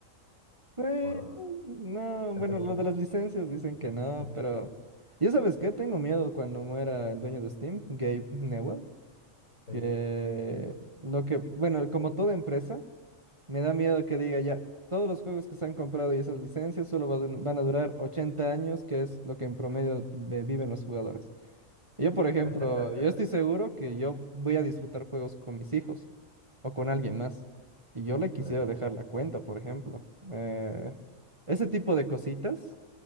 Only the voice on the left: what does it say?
¿o no?
Entre
comillas.
Ah,
Sí.
<laughs>
Claro,